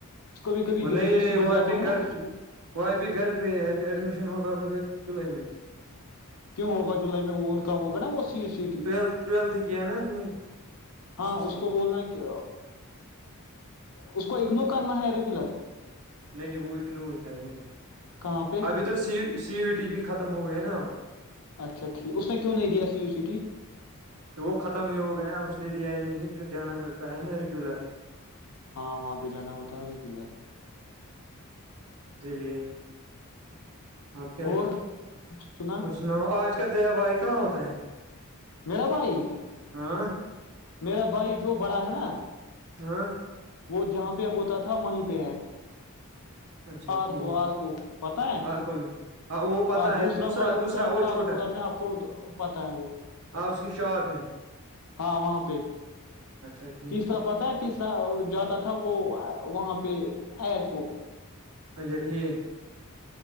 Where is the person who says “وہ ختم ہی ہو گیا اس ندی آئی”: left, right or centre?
Right